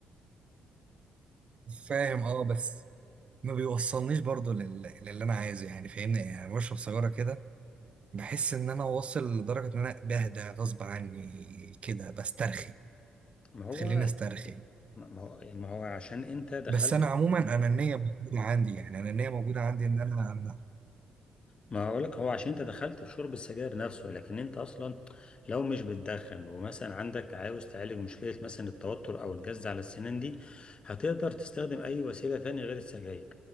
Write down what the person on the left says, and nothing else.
ما هو
ما ما هو يعني ما هو عشان انت دخلت
ما هقولك هو عشان انت دخلت في شرب السجاير نفسه لكن انت اصلا لو مش بتدخن ومثلا عندك عاوز تعالج مشكلة مثلا التوتر او الجز على السنان دي هتقدر تستخدم اي وسيلة تانية غير السجاير